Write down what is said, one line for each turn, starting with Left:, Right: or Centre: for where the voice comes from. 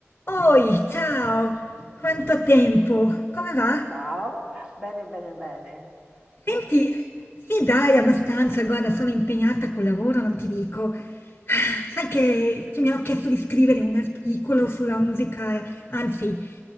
Left: Oi, ciao! Quanto tempo! Come va?
Right: Ciao, bene, bene, bene. Tu?
Left: Senti, sì dai, abbastanza, guarda, sono impegnata col lavoro, non ti dico. <sighs> Ah, Sai che ti- mi hanno chiesto di scrivere un articolo sulla musica, eh, anzi,